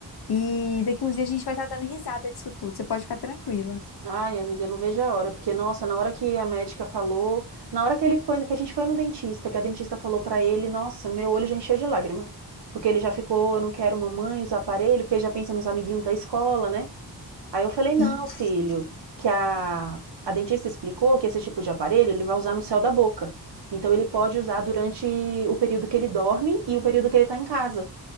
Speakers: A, on the left (about 70°); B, on the right (about 80°).
A: E daqui uns dias a gente vai estar dando risada disso tudo. Você pode ficar tranquila.
B: Ai, amiga, eu não vejo a hora, porque nossa, na hora que a médica falou, na hora que ele foi, que a gente foi no dentista, que a dentista falou para ele, nossa, meu olho já encheu de lágrima. Porque ele já ficou, eu não quero mamãe usar aparelho, porque ele já pensa nos amiguinhos da escola, né? Aí eu falei, não,
A: Isso.
B: filho, que a, a dentista explicou que esse tipo de aparelho ele vai usar no céu da boca. Então ele pode usar durante o período que ele dorme e o período que ele está em casa.